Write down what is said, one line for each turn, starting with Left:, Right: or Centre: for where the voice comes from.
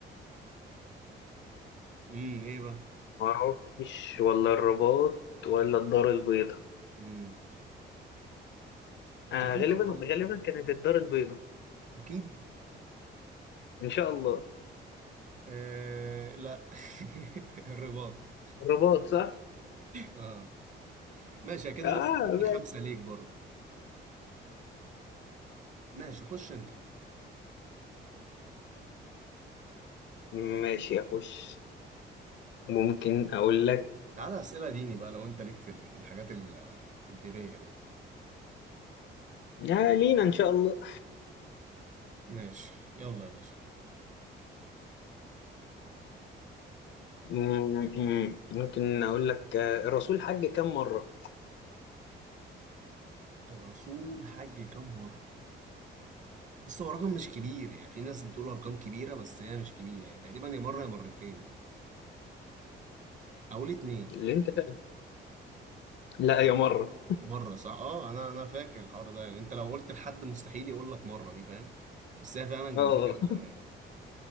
Right: امم ايه بقى
Left: ما اعرفش ولا الرباط ولا الدار البيضاء
Right: امم هتردم
Left: آه غالبا
Right: طب ولا
Left: غالبا
Right: لأ؟
Left: كانت الدار البيضاء
Right: اكيد
Left: ان شاء الله
Right: آه لا <laughs> الرباط
Left: الرباط صح
Right: اه ماشي كده
Left: اه
Right: لسه ستة
Left: ماشي
Right: خمسة ليك برضه ماشي خش انت
Left: ماشي يا خوش ممكن اقول لك
Right: تعالى اسئلة ديني بقى لو انت ليك في ال- في الحاجات ال- الدينية دي
Left: آه لينا ان شاء الله
Right: ماشي يلا يا باشا
Left: م- م- ممكن اقول لك آه، الرسول حج كم مره
Right: الرسول حج كام مرة بص هو رقم مش كبير يعني في ناس بتقول ارقام كبيرة بس هي مش كبيرة يعني تقريبا يا مرة يا مرتين او الاتنين
Left: اللي انت فاهم لا يا مره
Right: مرة صح اه انا انا فاكر الحوار ده يعني انت لو قلت لحد مستحيل يقول لك مرة دي فاهم بس هي فعلا كانت
Left: اه
Right: مم. كده.